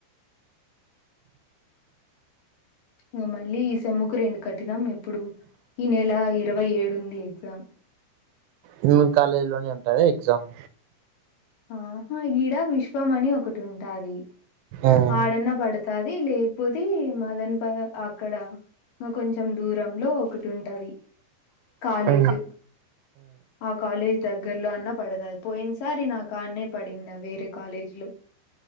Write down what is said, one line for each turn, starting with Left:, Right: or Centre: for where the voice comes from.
Left: ఇగ మళ్ళీ ఈ సేమ్ముకు రెండు కట్టినం ఎప్పుడు ఈ నెల ఇరవై ఏడుంది ఎగ్జామ్
Right: మి కాలేజీ లోనే వుంటదా ఎగ్జామ్
Left: ఆహా ఈడ విశ్వం అని ఒకటుమ్టాది
Right: ఉమ్.
Left: ఆడన్న పడుత్ అది లేకపోతే మదన్పా అక్కడ క కొంచెం దూరంలో ఒకటున్టాది కాలేజీ
Right: ఆ
Left: ఆ కాలేజ్ దగ్గర్లో అన్న పడతాది పోయిన్సారి నాకు కాన్నే పడింద వేరే కాలేజీలో